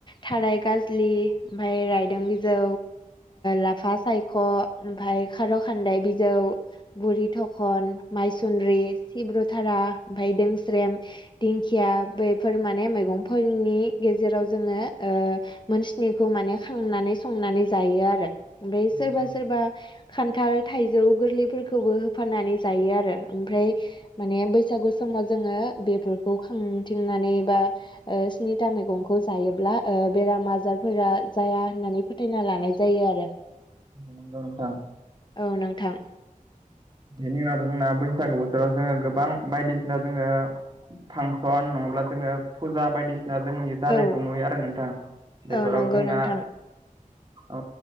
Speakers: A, on the left; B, on the right.
A: थाराय गाज्लि ओमफ्राय रायदों बिजौ लाफा सायख' ओमफफ्राय खार' खान्दाय बिजौ बुरि थखन मायसन्द्रि सिब्रुथारा ओमफ्राय दोंस्रेम दिंखिया बेफोर माने मैगंफोरनि गेजेराव जोङो मोनसनिखौ माने खांनानै संनानै जायो आरो ओमफ्राय सोरबा
B: नंगौ नोंथां
A: सोरबा खान्थाल थाइजौ गोरलैफोरखौबो होफानानै जायो आरो ओमफ्राय माने बै बैसागु समाव जोङो बेफोरखौ खांथिंनानै बा स्नि फिथा मैगंखौ जायोब्ला बेराम आजारफोरा जाया होननानै फोथायना लानाय जायो आरो <inaudible>
B: नंगौ नोंथां
A: औ नोंथां
B: बेनि उनावथ' जोंना बैसागु बोथोराव जोङो गोबां बायदिसिना जोङो फांसन नङाब्ला जोङो फुजा बायदिसिना जोंनि जानायखौ
A: औ
B: नुयो आरो नोंथां बेफोराव
A: औ नंगौ
B: जोंना
A: नोंथां
B: औ